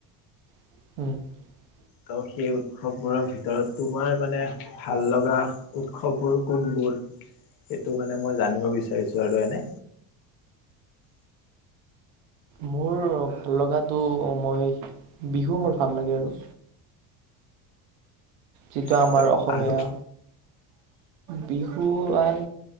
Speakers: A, on the right; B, on the left.
A: <inaudible>
B: ত', সেই উৎসৱবোৰৰ ভিতৰত তোমাৰ মানে ভাল লগা উৎসৱবোৰ কোনবোৰ? সেইটো মানে মই জানিব বিচাৰিছোঁ আৰু এনে
A: মোৰ ভাল লগাটো মই বিহু মোৰ ভাল লাগে। আৰু যিটো আমাৰ
B: আৰু
A: অসমীয়া
B: আৰু
A: বিহু আন